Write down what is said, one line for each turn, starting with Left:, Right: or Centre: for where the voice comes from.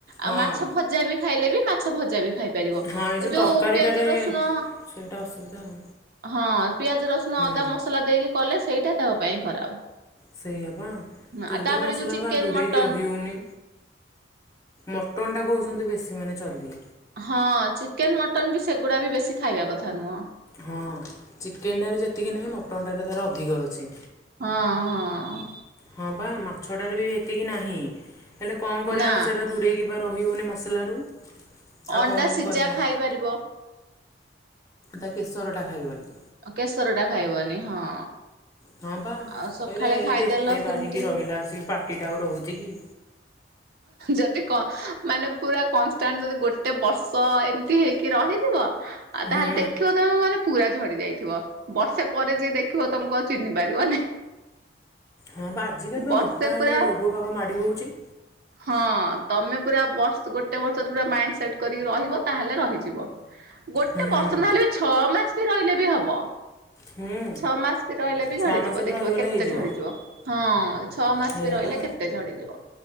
Left: ହଁ
Right: ଆଉ ମାଛ ଭଜା ବି ଖାଇଲେ ବି ମା ଛ ଭଜା ବି ଖାଇ ପାରିବ
Left: ହଁ ଏଇ ଯେଉଁ
Right: ଯୋଉ
Left: ତରକାରୀଟାରେ
Right: ପିଆଜ ରସୁଣ
Left: ସେଇଟା ଅସୁବିଧା ଆଉ
Right: ହଁ ପିଆଜ ରସୁଣ
Left: ହୁଁ
Right: ଅଦା ମସଲା ଦେଇକି କଲେ ସେଇଟା ଦେହ ପାଇଁ ଖରାପ।
Left: ସେଇୟା ପା
Right: ଆଉ
Left: ତେଲ
Right: ତାପରେ
Left: ମସଲା
Right: ଯୋଉ ଚିକେନ
Left: ପା ଦୂରେଇକି
Right: ମଟନ
Left: ରହି ହେଉନି। ମଟନ୍ ଟା କହୁଛନ୍ତି ବେଶୀ ମାନେ ଚର୍ବି।
Right: ହଁ ଚିକେନ ମଟନ ବି ସେଗୁଡା ବି ବେଶୀ ଖାଇବା କଥା ନୁହଁ।
Left: ହଁ ଚିକେନଟାରେ ଯେତିକି ନାହିଁ ମଟନ ଟାରେ ତାର ଅଧିକ ଅଛି।
Right: ହଁ ହଁ।
Left: ହଁ ପା ମାଛଟାରେ ବି ଏତିକି ନାହିଁ ହେଲେ କଣ କରିବା
Right: ନା
Left: ଆଉ ସେରା ଦୂରେଇକି ରହିହଉନି ମସଲାରୁ ଆଉ
Right: ଅଣ୍ଡା
Left: କଣ କେମିତି
Right: ସିଝା
Left: କରିବା।
Right: ଖାଇପାରିବ
Left: ତା କେଶରଟା ଖାଇବନି।
Right: କେଶର ଟା ଖାଇବନି ହଁ।
Left: ହଁ ପା
Right: ଆଉ ସକାଳେ
Left: ଏରା ଏନ୍ତେ
Right: ଖାଇଦେଲ
Left: ଏତେ
Right: ସେମିତି
Left: ବାରିକି ରହିଲା
Right: ରୁ
Left: ଆସିକି ପାଟିଟା ଆଉ ରହୁଛି କି।
Right: ଯଦି କ ମାନେ ପୁରା କନଷ୍ଟାଣ୍ଟ ଯଦି ଗୋଟେ ବର୍ଷ ଏମତି ହେଇକି ରହିଯିବ ଆଉ
Left: ହୁଁ
Right: ତାହେଲେ ଦେଖିବ ତମେ ମାନେ ପୁରା ଝଡି ଯାଇଥିବ। ବର୍ଷା ପରେ ଯିଏ ଦେଖିବ ତମକୁ ଚିହ୍ନି ପାରିବନି।
Left: ହଁ ବା ଆଜିକାଲି ବା
Right: ବର୍ଷେ
Left: ମୋଟା ହେଲେ
Right: ପୁରା
Left: ରୋଗ ବାାଗ ମାଡଡି ବଉଚି।
Right: ହଁ ତମେ ପୁରା ବର୍ଷ ଗୋଟେ ବର୍ଷ ପ ମାଇଣ୍ଡ ସେଟ କରିକି ରହିବ ତାହେଲେ ରହିଯିବ। ଗୋଟେ
Left: ହୁଁ
Right: ବର୍ଷ ନହେଲେ ଏ ଛଅ ମାସ ବି ରହିଲେ ବି ହବ।
Left: ହୁଁ
Right: ଛଅ ମାସ ବି ରହିଲେ ବି ଝଡିଯିବ
Left: ଛଅ ମାସ ବି
Right: ଦେଖିବ
Left: ରହିଗଲେ
Right: କେତେ
Left: ହେଇଯିବ।
Right: ଝଡିଯିବ। ହଁ, ଛଅ ମାସ
Left: ହେଇଆ
Right: ବି ରହିଲେ
Left: ବା
Right: କେତେ ଝଡିଯିବ।